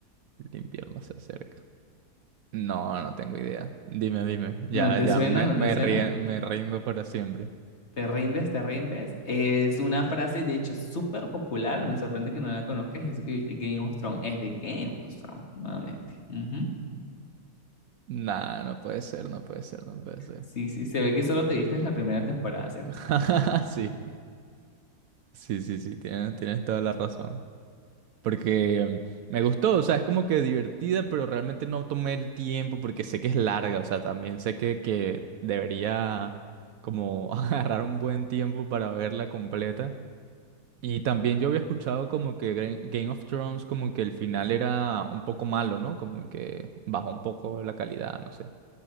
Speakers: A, on the right; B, on the left.
A: El invierno se acerca. No, no tengo idea. Dime, dime.
B: ¿No
A: Ya,
B: te
A: ya,
B: suena?
A: me,
B: ¿No
A: me,
B: te suena?
A: rie- me rindo para siempre.
B: Te rindes, te rindes. Es una frase, de hecho, súper popular. Me sorprende que no la conozcas. Y eso que viste Game of Thrones es de Game of Thrones, nuevamente. Ujú.
A: Nah, no puede ser, no puede ser, no puede ser.
B: Sí, sí, se ve que solo te viste en la primera temporada, ¿cierto?
A: <laughs> Sí, sí, sí, sí, tienes, tienes toda la razón. Porque mm, me gustó, o sea, es como que divertida, pero realmente no tomé el tiempo porque sé que es larga, o sea, también sé que, que debería como <laughs> agarrar un buen tiempo para verla completa. Y también yo había escuchado como que Gra- Game of Thrones, como que el final era un poco malo, ¿no? Como que bajó un poco la calidad, no sé.